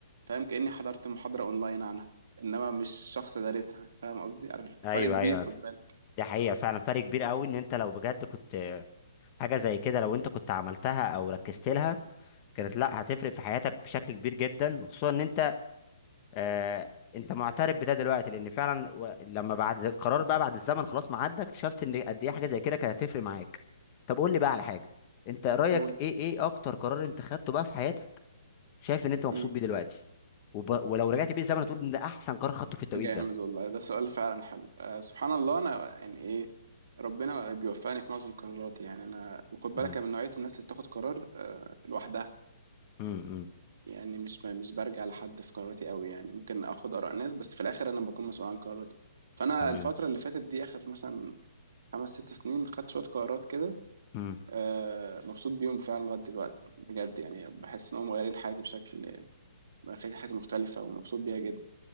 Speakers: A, on the right; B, on the left.
A: فاهم كاني حضرت محاضره اونلاين عنها انما مش شخص دارسها فاهم قصدي عارف
B: ايوه
A: فرق كبير
B: ايوه
A: خد بالك
B: ده حقيقه فعلا فرق كبير قوي ان انت لو بجد كنت آه، حاجه زي كده لو انت كنت عملتها او ركزت لها كانت لا هتفرق في حياتك بشكل كبير جدا وخصوصا ان انت آه، انت معترف بده دلوقتي لان فعلا و- لما بعد القرار بقى بعد الزمن خلاص ما عدى اكتشفت ان قد ايه حاجه زي كده كانت هتفرق معاك طب قول لي بقى على حاجه انت رايك
A: نقول
B: ايه ايه اكتر قرار انت خدته بقى في حياتك شايف ان انت مبسوط
A: امم
B: بيه دلوقتي وب... ولو رجعت بيه الزمن هتقول ان ده احسن قرار خدته في التوقيت
A: جامد
B: ده
A: والله ده سؤال فعلا حلو آه سبحان الله انا يعني ايه ربنا بيوفقني في معظم قراراتي يعني انا وخد بالك
B: مم.
A: أنا من نوعيه الناس اللي بتاخد قرار آه لوحدها
B: امم امم
A: يعني مش ب- مش برجع لحد في قراراتي قوي يعني ممكن اخد اراء ناس بس في الاخر انا بكون مسؤول عن قراراتي فانا
B: تمام
A: الفتره اللي فاتت دي اخر مثلا خمس ست سنين خدت شوية قرارات كده
B: امم
A: آه، مبسوط بيهم فعلا لغاية دلوقتي بجد يعني بحس إن هم مغيرين حياتي بشكل مغيرين حياتي مختلفة ومبسوط بيها جدا